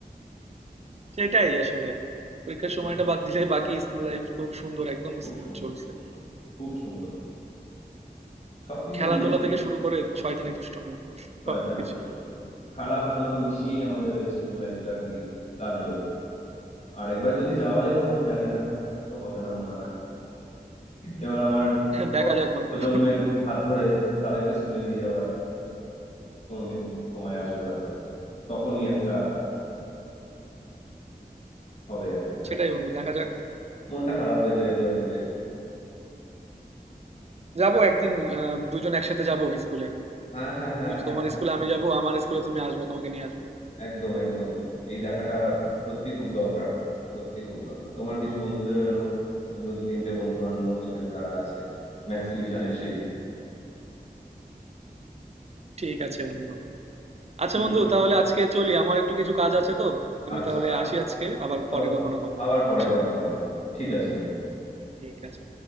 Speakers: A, on the right; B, on the left.
A: সেটাই আসলে। পরীক্ষার সময়টা
B: হুম,
A: বাদ দিলে বাকি স্কুল লাইফ খুব সুন্দর একদম
B: খুব
A: স্মুথ
B: সুন্দর
A: চলছে।
B: খুব সুন্দর খুব সুন্দর সবকিছু
A: খেলাধুলা
B: নিয়ে
A: থেকে শুরু করে শয়তানি দুষ্টুমি
B: শয়তানি
A: সবকিছু।
B: দুষ্টুমি খারাপ ভালো মিশিয়েই আমাদের এই স্কুল লাইফটা আর কি কাটলো আর একবার যদি যাওয়া যেত জানি না আর তো হবে না মনে হয় এবার আমার
A: দেখা
B: পরবর্তী
A: যাক বন্ধু।
B: প্রজন্মের হাত ধরে তাদেরকে স্কুলে নিয়ে যাওয়ার কোনোদিন সময় আসবে হয়তো তখনই একটা হবে আর কি এরকম
A: সেটাই বন্ধু দেখা যাক।
B: মনটা খারাপ হয়ে যায় এগুলো ভেবে একটু।
A: যাবো একদিন আহ দুজন একসাথে যাবো স্কুলে।
B: হ্যাঁ হ্যাঁ হ্যাঁ হ্যাঁ
A: তোমার স্কুলে আমি যাবো, আমার স্কুলে তুমি আসবা, তোমাকে নিয়ে আসবো।
B: একদম একদম এই দেখাটা সত্যি খুব দরকার সত্যি খুব দরকার তোমার কিছু বন্ধুদের এলো আমিও দু তিনটে বন্ধু আনবো এখানে যারা আছে ম্যাথস টিউশনের সেই
A: ঠিক আছে বন্ধু। আচ্ছা
B: ঠিক
A: বন্ধু
B: আছে
A: তাহলে আজকে চলি। আমার একটু কিছু কাজ আছে তো। আমি
B: আচ্ছা
A: তাহলে
B: আচ্ছা
A: আসি আজকে। আবার পরে
B: আবার
A: কখনো কথা
B: আবার
A: হবে। বুঝছো?
B: পরে কথা হবে ঠিক আছে বন্ধু
A: ঠিক আছে।